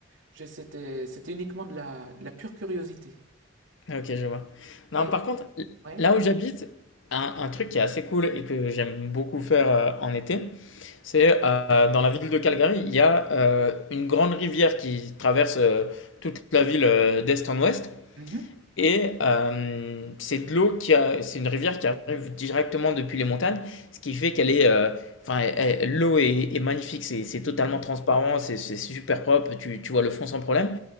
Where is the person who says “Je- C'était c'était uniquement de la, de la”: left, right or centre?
Right